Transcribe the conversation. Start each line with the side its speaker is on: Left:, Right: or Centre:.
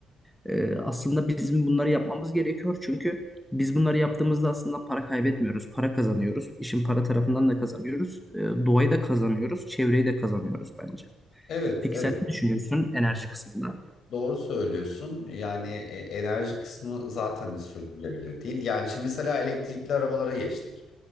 Centre: Ee, aslında bizim bunları yapmamız gerekiyor çünkü biz bunları yaptığımızda aslında para kaybetmiyoruz, para kazanıyoruz. İşin para tarafından da kazanıyoruz, Ee, doğayı da kazanıyoruz, çevreyi de kazanıyoruz bence.
Left: Evet,
Centre: Peki
Left: evet.
Centre: sen ne düşünüyorsun enerji kısmında?
Left: Doğru söylüyorsun. Yani e, enerji kısmı zaten sürdürülebilir değil. Yani şimdi mesela elektrikli arabalara geçtik.